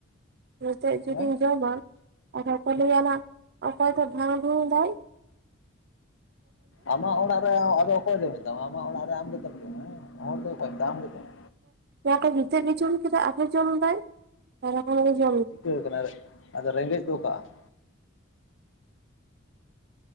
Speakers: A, on the right (about 50°); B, on the left (about 65°).
A: ᱱᱤᱛᱚᱜ ᱡᱩᱫᱤᱢ
B: ᱦᱮᱸ
A: ᱡᱚᱢᱟ ᱟᱫᱚ ᱠᱚ ᱞᱟᱹᱭᱟ ᱱᱟᱜ ᱚᱠᱚᱭ ᱫᱚ ᱰᱷᱟᱝ ᱵᱷᱩᱝ ᱫᱟᱭ ᱾
B: ᱟᱢᱟᱜ ᱚᱲᱟᱜ ᱨᱮ ᱟᱫᱚ ᱚᱠᱚᱭ ᱞᱮ ᱢᱮᱛᱟᱢᱟ ᱟᱢᱟᱜ ᱚᱲᱟᱜ ᱨᱮ ᱟᱢ ᱜᱮᱛᱚᱢ ᱡᱚᱢᱟ, ᱦᱮᱸ ᱦᱚᱲ ᱫᱚ ᱚᱠᱚᱭ ᱢᱮᱛᱟᱢ ᱟᱢ ᱜᱮᱛᱚ ᱾
A: ᱞᱟᱹᱭᱟᱠᱚ ᱱᱤᱛᱚᱜ ᱜᱮ ᱡᱚᱢ ᱠᱤᱫᱟᱭ ᱟᱨᱚ ᱡᱚᱢᱫᱟᱭ ᱾ ᱥᱟᱨᱟ ᱠᱷᱚᱱ ᱜᱮ ᱡᱚ
B: ᱪᱤᱠᱟᱹᱣ ᱠᱟᱱᱟ ᱟᱫᱚ ᱨᱮᱸᱜᱮᱡ ᱫᱚ ᱚᱠᱟᱜᱼᱟ ᱾